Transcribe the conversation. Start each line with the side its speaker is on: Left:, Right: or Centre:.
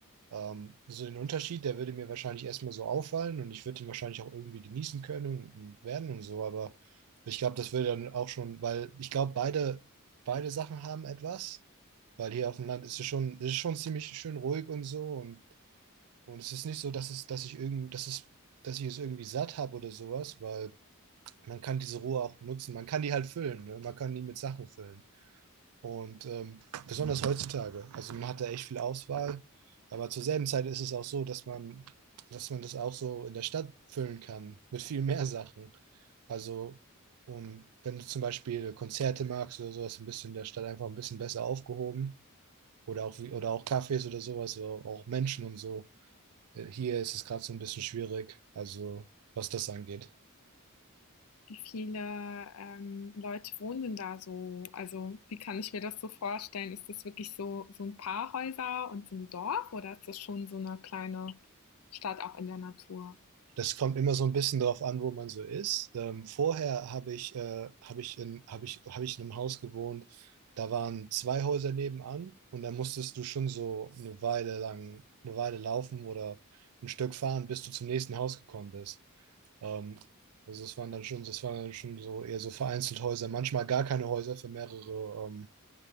Right: ähm, so den Unterschied, der würde mir wahrscheinlich erstmal so auffallen und ich würde ihn wahrscheinlich auch irgendwie genießen können und, und werden und so, aber ich glaube, das würde dann auch schon, weil ich glaube, beide, beide Sachen haben etwas, weil hier auf dem Land ist es schon, ist es schon ziemlich schön ruhig und so und und es ist nicht so, dass es, dass ich irgend, dass es, dass ich es irgendwie satt habe oder sowas, weil man kann diese Rohre auch benutzen. Man kann die halt füllen, ne? Man kann die mit Sachen füllen. Und ähm, besonders heutzutage. Also man hat da echt viel Auswahl. Aber zur selben Zeit ist es auch so, dass man, dass man das auch so in der Stadt füllen kann mit viel mehr Sachen. Also, und wenn du zum Beispiel Konzerte magst oder sowas, ein bisschen in der Stadt einfach ein bisschen besser aufgehoben. Oder auch, wie- oder auch Cafés oder sowas, oder auch Menschen und so. Äh, Hier ist es gerade so ein bisschen schwierig, also was das angeht.
Left: Wie viele, ähm, Leute wohnen denn da so? Also, wie kann ich mir das so vorstellen? Ist das wirklich so so ein paar Häuser und so ein Dorf oder ist das schon so eine kleine Stadt auch in der Natur?
Right: Das kommt immer so ein bisschen drauf an, wo man so ist. Ähm, vorher habe ich, äh, habe ich in, habe ich, habe ich in einem Haus gewohnt, da waren zwei Häuser nebenan und da musstest du schon so eine Weile lang, eine Weile laufen oder ein Stück fahren, bis du zum nächsten Haus gekommen bist. Ähm, also es waren dann schon, das waren dann schon so eher so vereinzelt Häuser, manchmal gar keine Häuser für mehrere, ähm,